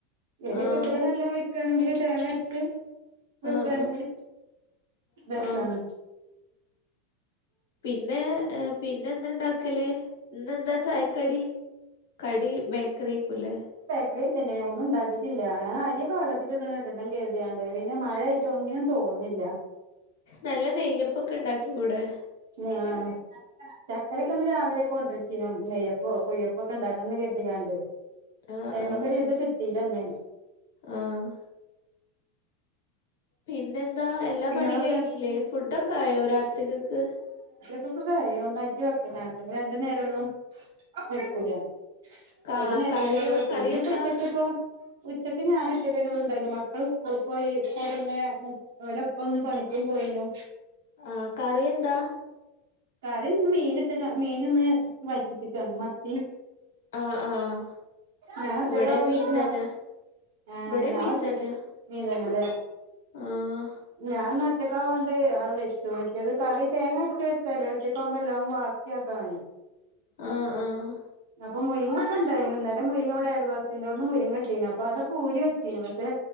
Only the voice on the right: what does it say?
എര്യൊക്ക്ട്ട്ങ്ങാണ്ടല്ലോം
വെക്കാണെങ്കില് തേങ്ങ അരച്ച് വെക്കാണെങ്കി
രസാണ്.
ക്കറിയായ്കറ്റെന്നെ. ഒന്നും ഇണ്ടാക്കീറ്റില്ല. ഞാൻ അരിയൊക്കെ വള്ളത്തിലിടണം ഇടണം കര്തിയാണ്ട് പിന്നെ മഴെയ് ട്ടൊന്നിനും തോന്നില്ല.
ആഹ് ചക്കരെക്ക്ന്ന് രാവിലെ കൊണ്ടര്ചീനു നെയ്യപ്പോ കുയ്യപ്പൊക്കെ ഇണ്ടാക്കണം ന്ന് കര്തിങ്ങാണ്ട്.
അയ്മക്കൊരു
ഇത് കിട്ടീല്ല ന്ന്.
നിങ്ങളൊക്കെ
തൊക്കൊക്കായി. ഒന്നായിറ്റ് വെക്കലാണ് രണ്ടു നേരൊന്നും വെക്കൂല.
ഒരു നേരം
തന്നൊള്ളൂ വെക്കല്.
ഇന്ന് പ്പൊ ഉച്ചക്കിപ്പൊ ഉച്ചക്ക് ഞാനൊറ്റന്നൊള്ളൂ ഉണ്ടായിന്നത്. മക്കള് സ്കൂൾക്കോയി. അപ്പ പിന്നെ ഓലെ പ്പ വന്ന് പണിക്കും പോയിനു.
കറി മീൻ ഇട്ട് കാ, മീന് ന്ന് വറ്റിച്ച്ക്കാണ് മത്തി.
ഞാനൊറ്റക്കാവോണ്ട്
ഇപ്പ ഞാ
ഏഹ്
ഞാൻ
ഒറ്റക്,
മീൻ തന്നെ ലേ.
ഞാൻന്നൊ റ്റക്കാവോണ്ട് അഹ് വെച്ചു മറ്റേത്കറി തേങ്ങര്ച്ച് വെച്ചാലേ ഒറ്റയ്ക്കാവുമ്പോ എല്ലാവും ബാക്കിയാക്കാണേ.
അപ്പം മുരിങ്ങൊക്കെ ഇണ്ടായിനു. ഇന്നലെ മുരിങ്ങ വടെ അയൽവാസിൻ്റോട്ന്ന് മുരിങ്ങട്ടീനു. അപ്പ അതൊക്കെ ഊരി വെച്ചീനു. പക്ഷെ